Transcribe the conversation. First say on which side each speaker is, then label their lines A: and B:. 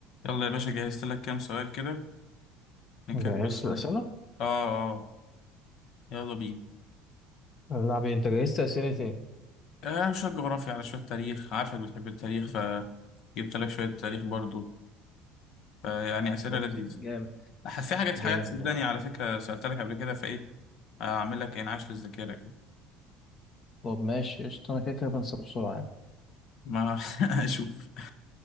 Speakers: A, on the left; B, on the left.
A: يلا يا باشا جهزت لك كام سؤال كده نكمل
B: جهزت الأسئلة؟
A: اه اه يلا بينا
B: نلعب إيه؟ أنت جهزت أسئلة إيه؟
A: آه شوية جغرافيا على شوية تاريخ عارفك بتحب التاريخ فجبت لك شوية تاريخ برضو فيعني أسئلة
B: طب
A: لذيذة
B: جامد
A: أح- في حاجات
B: جامد
A: حاجات صدقني
B: والله
A: على فكرة سألت لك قبل كده فإيه آه، أعمل لك إنعاش للذاكرة كده
B: طب ماشي قشطة أنا كده كده بنسى بسرعة يعني
A: ما <laughs> أشوف